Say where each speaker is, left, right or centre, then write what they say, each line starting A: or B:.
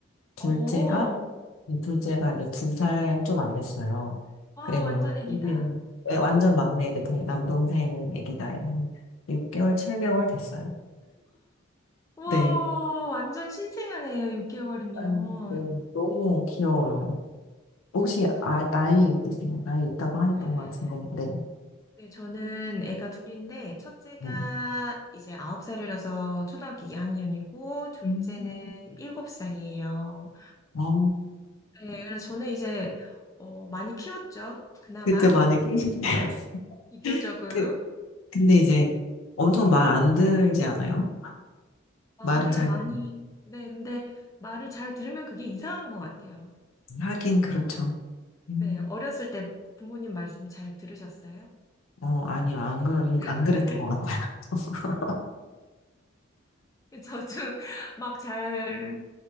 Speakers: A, on the left (about 85°); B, on the left (about 15°).
A: 둘째가,
B: 오,
A: 이 둘째가 이제 두 살 좀 안 됐어요.
B: 와,
A: 그리고
B: 완전 애기다.
A: 이제 네, 완전 막내 이제 동- 남동생 아기가 한 6개월, 7개월 됐어요.
B: 와,
A: 네.
B: 완전 신생아네요, 6개월이면.
A: 음, 네. 너무 귀여워요. 혹시
B: 귀엽죠?
A: 아, 아이 있으세요? 아이 있다고 하셨던
B: 네.
A: 것 같은데, 네.
B: 네, 저는 애가 둘인데, 첫째가
A: 네.
B: 이제 9살이라서 초등학교 2학년이고, 둘째는
A: 음.
B: 7살이에요.
A: 어,
B: 네, 그래서 저는 이제, 어, 많이 키웠죠. 그나마.
A: 그때 많이 깨신데.
B: 비교적으로.
A: <laughs> 그, 근데 이제 엄청 말 안 들지 않아요?
B: 말을
A: 말은 잘,
B: 많이,
A: 들어요
B: 네, 근데 말을 잘 들으면 그게 이상한 것 같아요.
A: 하긴 그렇죠. 음,
B: 네, 어렸을 때 부모님 말씀 잘 들으셨어요?
A: 어, 아니요. 안, 그안
B: <laughs>
A: 그랬던 것 같아요. <laughs>
B: 저도 막 잘,